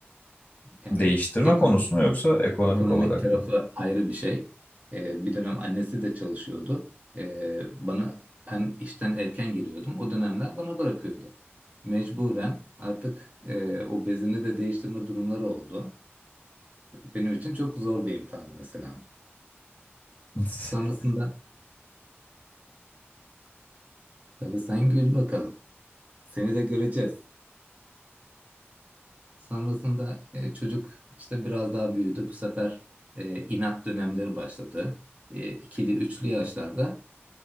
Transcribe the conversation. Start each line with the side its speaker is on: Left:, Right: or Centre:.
Right: Yani
Left: Değiştirme
Right: ekonomik,
Left: konusu mu yoksa ekonomik
Right: ekonomik
Left: olarak
Right: tarafı
Left: mı?
Right: ayrı bir şey. E, bir dönem annesi de çalışıyordu. E, bana ben işten erken geliyordum. O dönemler bana bırakıyordu. Mecburen artık e, o bezini de değiştirme durumları oldu. Benim için çok zor bir imtihandı mesela.
Left: <laughs>
Right: Sonrasında tabii sen gül bakalım. Seni de göreceğiz. Sonrasında e, çocuk işte biraz daha büyüdü. Bu sefer e, inat dönemleri başladı. E, ikili, üçlü yaşlarda